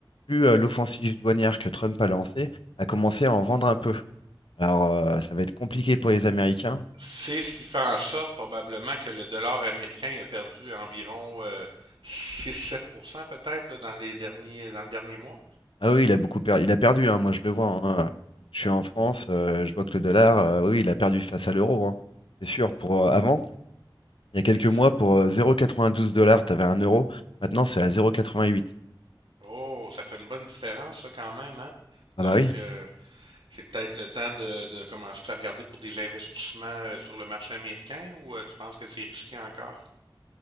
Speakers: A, on the left; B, on the right.
A: vu euh, l'offensive douanière que Trump a lancée, a commencé à en vendre un peu. Alors, euh, ça va être compliqué pour les Américains.
B: C'est ce qui fait en sorte probablement que le dollar américain a perdu environ euh, six à sept pour cent peut-être là, dans les derniers dans le dernier mois.
A: Ah oui, il a beaucoup perdu. Il a perdu, hein, moi je le vois. hein. Je suis en France, euh, je vois que le dollar, euh, oui, il a perdu face à l'euro. hein. C'est sûr, pour euh, avant. Il y a quelques
B: Oui.
A: mois, pour euh, 0,92 dollars, t'avais un euro. Maintenant, c'est à 0,88.
B: Oh, ça fait une bonne différence ça quand même, hein?
A: Ah
B: Donc
A: bah oui.
B: euh, c'est peut-être le temps de, de commencer à regarder pour des investissements euh, sur le marché américain ou euh, tu penses que c'est risqué encore?